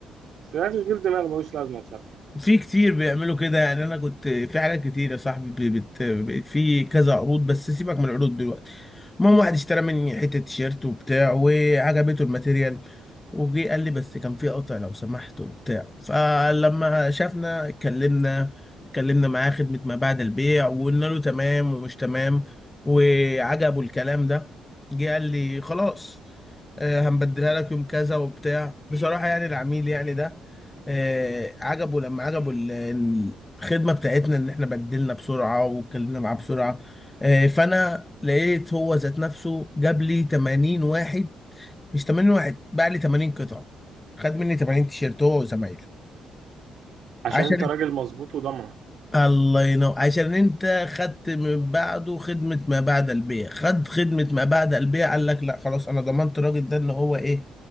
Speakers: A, on the right; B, on the left.
A: بس ده تشغيل دماغ ملوش لازمه بصراحه
B: في كتير بيعملوا كده يعني انا كنت في حاجات كتير يا صاحبي بت... بت... في كذا عروض بس سيبك من العروض دلوقتي المهم واحد اشترى مني حته تيشيرت وبتاع وعجبته الماتيريال وجي قال لي بس كان في قطع لو سمحت وبتاع فلما شافنا اتكلمنا اتكلمنا معاه خدمه ما بعد البيع وقلنا له تمام ومش تمام وعجبه الكلام ده جه قال لي خلاص آه، هنبدلها لك يوم كذا وبتاع بصراحه يعني العميل يعني ده آه، عجبه لما عجبه ال- ال- الخدمه بتاعتنا ان احنا بدلنا بسرعه واتكلمنا معاه بسرعه آه، فانا لقيت هو ذات نفسه جاب لي 80 واحد مش 80 واحد باع لي 80 قطعه خد مني 80 تيشيرت هو وزمايله
A: عشان
B: عشان
A: انت راجل مظبوط وضمن
B: الله ينور عشان انت خدت من بعده خدمة ما بعد البيع خد خدمة ما بعد البيع قال لك لا خلاص انا ضمنت الراجل ده ان هو ايه